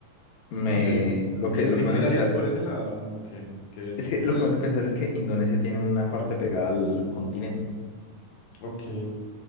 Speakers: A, on the left (about 65°); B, on the left (about 80°).
A: Me,
B: no sé.
A: lo que,
B: ¿Te,
A: lo
B: te
A: que
B: inclinarías
A: me hace pensar es,
B: por ese lado? Ok, ¿qué decís
A: es que
B: vos?
A: lo que me hace pensar es que Indonesia tiene una parte pegada al continente.
B: Ok.